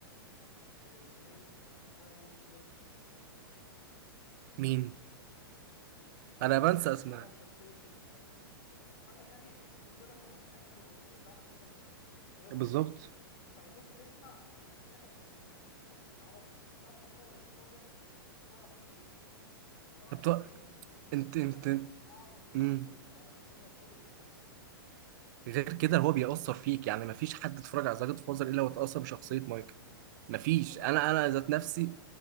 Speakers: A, on the left; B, on the right.
A: و- واسمه ايه اللي كان معاه الجزء الثاني آه...
B: مين؟
A: اللي مع- الجزء
B: أنا
A: الثاني
B: بنسى
A: اللي
B: أسماء
A: عمل شخصيه ال... البتاع. عامه يعني الاثنين دولت هم من اتقل الممثلين في عالم السينما في هوليوود
B: بالظبط
A: يعني انت على طول بتسمع هم ليه اتقل الممثلين بتسمع بس ما تعرفش بس بعد ما تتفرج على جود فازر انت بتعرف ليه انت بتعرف
B: طب طب-
A: ليه الاثنين
B: أنت
A: دولت
B: أنت
A: من اعظم الممثلين
B: أمم.
A: الموجودين في عالم السينما في هوليوود عامه
B: غير كده هو بيأثر فيك يعني مفيش حد اتفرج على سجن فاصل إلا واتأثر بشخصية مايكل مفيش
A: يا خرابي
B: أنا
A: انا
B: أنا ذات
A: على فكره
B: نفسي